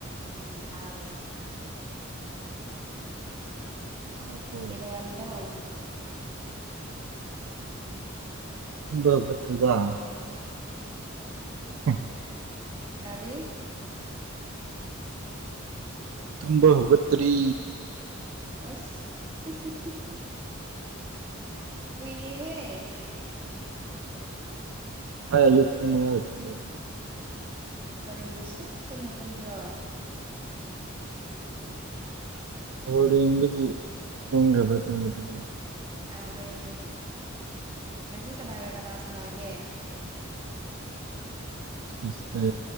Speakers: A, on the right (about 25°); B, on the right (about 70°).
A: ꯎꯝ ꯇꯥꯔꯦ ꯑꯩꯁꯨ
B: ꯇꯥꯔꯕꯣ
A: ꯀꯦꯗꯧꯔꯝꯃꯤꯅꯣ
B: <unintelligible> <inaudible>
A: ꯀꯔꯤ
B: ꯇꯨꯝꯕ ꯍꯧꯒꯠꯇ꯭ꯔꯤ
A: ꯑꯁ <inaudible> ꯀꯨꯏꯍꯦ
B: ꯉꯁꯥꯏ ꯑꯌꯨꯛ ꯄꯨꯡ ꯃꯉꯥꯗ ꯇꯨꯝꯕꯒꯤ
A: ꯀꯔꯤꯒꯤ ꯁꯨꯛ ꯊꯦꯡꯅ ꯇꯨꯝꯕ꯭ꯔꯣ
B: ꯕꯣꯜ ꯌꯦꯡꯕꯒꯤ ꯊꯦꯡꯈ꯭ꯔꯕ ꯇꯨꯝꯕꯗꯣꯀꯣ
A: ꯑꯔꯦ ꯉꯁꯤ ꯀꯅꯒ ꯀꯅꯥ ꯁꯥꯟꯅꯒꯦ <inaudible>
B: ꯉꯁꯤꯁꯦ